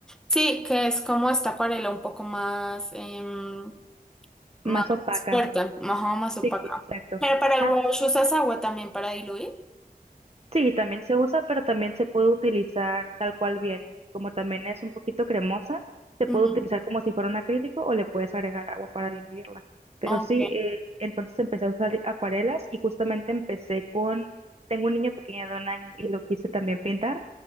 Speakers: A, in the centre; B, on the right.
A: Sí, que es como esta acuarela un poco más, em, más
B: más opaca,
A: fuerte, más, más
B: sí,
A: opaca.
B: exacto.
A: Pero para el
B: Ah,
A: wash usas agua también para diluir.
B: Sí, también se usa, pero también se puede utilizar tal cual viene. Como también es un poquito cremosa, se
A: Ujú.
B: puede utilizar como si fuera un acrílico o le puedes agregar agua para diluirla. Pero
A: Ok,
B: sí, eh, entonces empecé a usar acuarelas y justamente empecé con, tengo un niño pequeño de un año y lo quise también pintar.